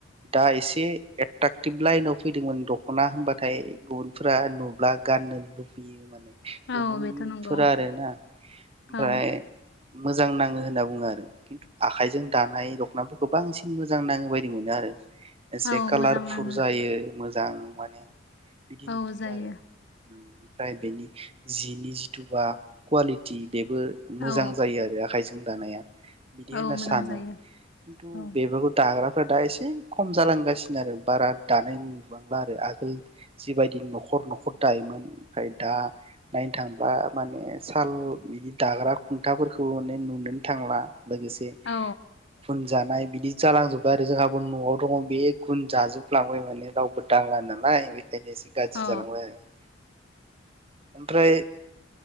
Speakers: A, on the right (about 30°); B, on the left (about 60°).
A: दा एसे एट्रेकथिप लाइन आव फैदोंमोन द'खना होनबाथाय बर'फ्रा नुब्ला गाननो लुबैयो माने। गुबुन
B: औ बेथ' नंगौ
A: फोरा आरोना ओमफ्राय
B: औ
A: मोजां नाङो होनना बुङो आरो। किन्तु आखायजों दानाय दख'नाखौ गोबां सिन मोजां नाङो बायदि आरो। एसे
B: औ
A: खालारफुल
B: मोजां नाङो
A: जायो। मोजां माने बिदि
B: औ
A: नुयो
B: जायो
A: आरो। ओमफ्राय बेनि जिनि जिथु बा कुवालिटि बेबो
B: औ
A: मोजां जायो आरो आखाइजों दानाया। बिदि
B: औ
A: होनना
B: मोजां
A: सानो
B: जायो
A: किन्तु
B: औ
A: बेफोरखौ दाग्रा दा एसे खम जालां गासिनो आरो बारा दानाय नुबांला आरो आगोल जिबायदि नख'र नख'र दायोमोन आमफ्राय दा नायनो थांबा माने साल बिदि दाग्रा कुन्टा फोरखौ माने नुनेनो थांला। लोगोसे
B: औ
A: फोन जानाय बिदि जालां जोबबाय आरो जोंहाबो न'आव दङ बे गुन जाजोब लांबाय माने रावबो दांला नालाय।
B: औ
A: <unintelligible> ओमफ्राय